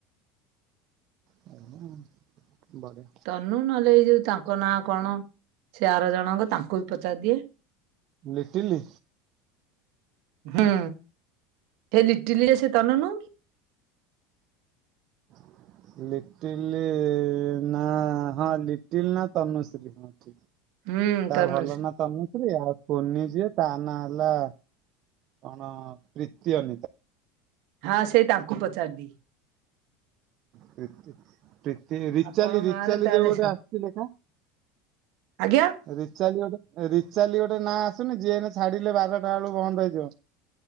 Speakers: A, on the right; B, on the right.
A: ହୁଁ ଭଲ।
B: ତନୁ ନଏଲେ ଏ ଯୋଉ ତାଙ୍କ ନାଁ କଣ? ସେ ଆର ଜଣଙ୍କ ତାଙ୍କୁ ବି ପଚାର୍ ଦିଏ।
A: ଲିଟିଲି
B: ହୁଁ ଏ ଲିଟ୍ଟିଲି ସେ ତନୁ ନୁହଁ କି?
A: <inaudible> ଲିଟିଲି ନାଁ ହଁ ଲିଟିଲ୍ ନା ତନୁଶି ଦିଦି।
B: ହୁଁ
A: ତା
B: ତନୁଶ୍ରୀ।
A: ଭଲ ନା ତନୁ। ଇଏ କୁନି ଯିଏ ତା ନାଁ ଏଲା ଆଁ ପ୍ରୀତି ଅନୀତା।
B: ହାଁ ସେ ତାଙ୍କୁ ପଚାର୍ନି।
A: ପ୍ରି ପ୍ରୀତ୍। ତି ରିଚାଲି
B: ଆପଣଙ୍କ
A: ରିଚାଲି
B: ଗାଁରେ ତାହେଲେ
A: ଯୋଉ ଗୋଟେ ଆସୁଛି ଲେଖା
B: ଆଜ୍ଞା
A: ରିଚାଲି ଗୋଟେ। ଏ ରିଚାଲି ଗୋଟେ ନାଁ ଆସୁନି ଯିଏ ଏଇନେ ଛାଡ଼ିଲେ ବାରଟା ବେଳୁ ବନ୍ଦ୍ ହେଇଯିବ।